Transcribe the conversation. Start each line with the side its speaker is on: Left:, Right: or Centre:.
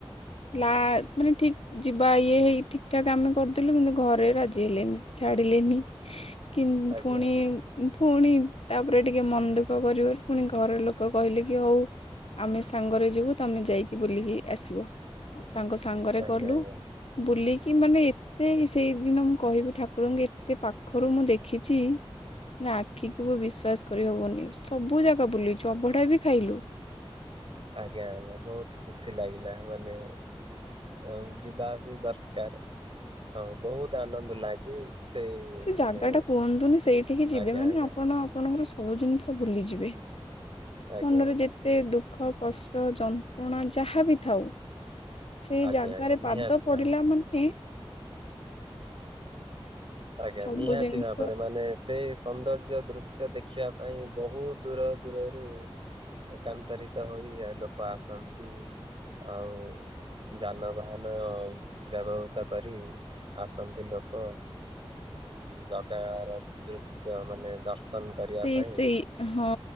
Left: ଲା ମାନେ ଠିକ ଯିବା ଇଏ ହେଇ ଠିକ ଠାକ ଆମେ କରିଦେଲୁ, କିନ୍ତୁ ଘରେ ରାଜି ହେଲେନି, ଛାଡ଼ିଲେନି କି
Right: ଆଜ୍ଞା
Left: ପୁଣି
Right: ଆଜ୍ଞା
Left: ପୁଣି ତାପରେ ଟିକେ ମନ ଦୁଃଖ କରିବାରୁ, ପୁଣି ଘର ଲୋକ କହିଲେ କି ହଉ ଆମେ ସାଙ୍ଗରେ ଯିବୁ, ତମେ ଯାଇକି ବୁଲିକି ଆସିବ। ତାଙ୍କ ସାଙ୍ଗରେ
Right: ଆଜ୍ଞା
Left: ଗଲୁ,
Right: ଆଜ୍ଞା
Left: ବୁଲିକି କି ମାନେ ଏତେ ସେଇଦିନ ମୁଁ କହିବି ଠାକୁରଙ୍କୁ ଏତେ ପାଖରୁ ମୁଁ ଦେଖିଛି। ନା ଆଖି କୁ ବି ବିଶ୍ୱ ବିଶ୍ୱାସ କରିହବନି, ସବୁ ଜାଗା ବୁଲିଛୁ, ଅବଢା ବି ଖାଇଲୁ।
Right: ଆଜ୍ଞା, ଆଜ୍ଞା, ବହୁତ ଖୁସି ଲାଗିଲା, ମାନେ ଆ ଯିବା ବି ଦରକାର, ହଁ ବହୁତ ଆନନ୍ଦ ଲାଗେ। ସେ
Left: ସେ
Right: ମାନେ
Left: ଜାଗା ଟା କୁହନ୍ତୁନି, ସେଇଠିକି ଯିବେ
Right: ଆଜ୍ଞା
Left: ମାନେ
Right: ଆଜ୍ଞା
Left: ଆପଣ ଆପଣଙ୍କର ସବୁ ଜିନିଷ ଭୁଲିଯିବେ।
Right: ଆଜ୍ଞା
Left: ମନରେ
Right: ଆଜ୍ଞା
Left: ଯେତେ ଦୁଃଖ, କଷ୍ଟ, ଯନ୍ତ୍ରଣା ଯାହା ବିି ଥାଉ। ସେଇ
Right: ଆଜ୍ଞା
Left: ଜାଗାରେ
Right: ଆଜ୍ଞା ନିହାତି
Left: ପାଦ ପଡିଲା
Right: ଭାବରେ
Left: ମାନେ
Right: ଆଜ୍ଞା,
Left: ସବୁ
Right: ନିହାତି
Left: ଜିନିଷ
Right: ଭାବରେ ମାନେ ସେଇ ସୌନ୍ଦର୍ଯ୍ୟ ଦୃଶ୍ୟ ଦେଖିବା ପାଇଁ ବହୁତ ଦୂର ଦୂରରୁ ଏକାନ୍ତରିତ ହୋଇ ଲୋକ ଆସନ୍ତି, ଆଉ ଯାନବାହାନ ବ୍ୟବହୃତ କରି ଆସନ୍ତି ଲୋକ। ଜଗା ର ଦୃଶ୍ୟ ମାନେ ଦର୍ଶନ କରିବା
Left: ସେଇ,
Right: ପାଇଁ
Left: ସେଇ ହଁ